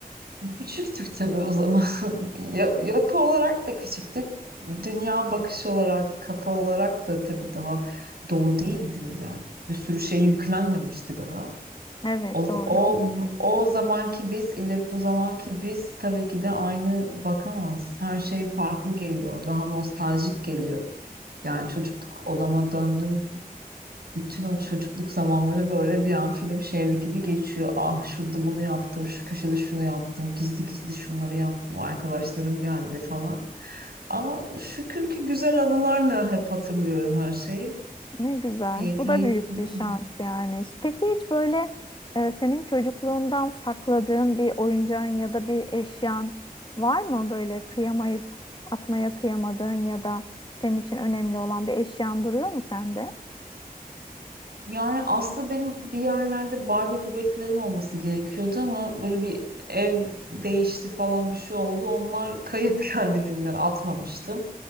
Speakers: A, on the right; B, on the left.
A: Küçüktük tabii o zaman. Ya- yapı olarak da küçüktük. Dünya bakışı olarak, kafa olarak da tabii daha dolu değildi yani. Bir sürü şey yüklenmemişti daha.
B: Evet
A: O,
B: doğru.
A: o, o zamanki biz ile bu zamanki biz tabii ki de aynı bakamaz. Her şey farklı geliyor. Daha nostaljik geliyor. Yani çocukluk odama döndüm. Bütün o çocukluk zamanları böyle bir an film şehri gibi geçiyor. Ah şurada bunu yaptım, şu köşede şunu yaptım, gizli gizli şunları yaptım, arkadaşlarım geldi falan. Ama şükür ki güzel anılarla hep hatırlıyorum her şeyi.
B: Ne güzel.
A: Keyifli.
B: Bu da büyük
A: Hmm.
B: bir şans yani. Peki hiç böyle e, senin çocukluğundan sakladığın bir oyuncağın ya da bir eşyan var mı? Böyle kıyamayıp atmaya kıyamadığın ya da senin için önemli olan bir eşyan duruyor mu sende?
A: Yani aslında benim bir yerlerde Barbie bebeklerim olması gerekiyordu ama böyle bir ev değişti falan bir şey oldu. Onlar kayıp <laughs> kendiliğinden atmamıştım.